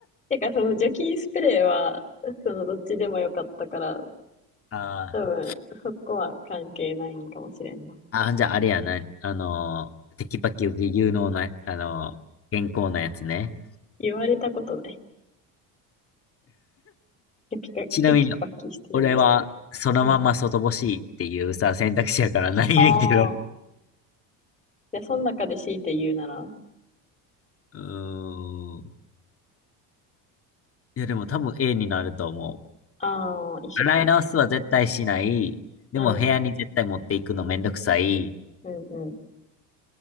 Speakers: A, on the left; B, on the left.
A: てか、その除菌スプレーは、そのどっちでもよかったから、
B: <laughs> ああ。
A: 多分、そこは関係ないんかもしれんな。
B: あ、じゃああれやな、あのー、テキパキ有能な、あのー、健康なやつね。
A: 言われたことない。テキパテキパキしてるね、
B: ちなみに、俺は、
A: と。
B: そのまま外干しっていうさ、
A: うん。
B: 選択肢やからないねんけど。
A: ああ。
B: う
A: じゃあ、その中で強いて言うなら、
B: ーん。いや、でも多分 A になると思
A: ああ、一緒か。
B: う。洗い直すは絶対しない。でも部屋に絶対持っていくのめんどくさい。
A: うん、うん、うん。